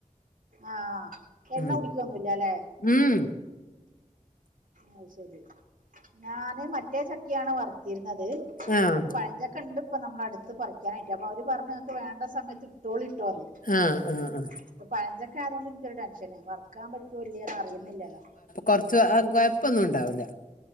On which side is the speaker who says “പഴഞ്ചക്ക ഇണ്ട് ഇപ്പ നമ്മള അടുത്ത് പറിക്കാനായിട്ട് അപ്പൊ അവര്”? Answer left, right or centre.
Right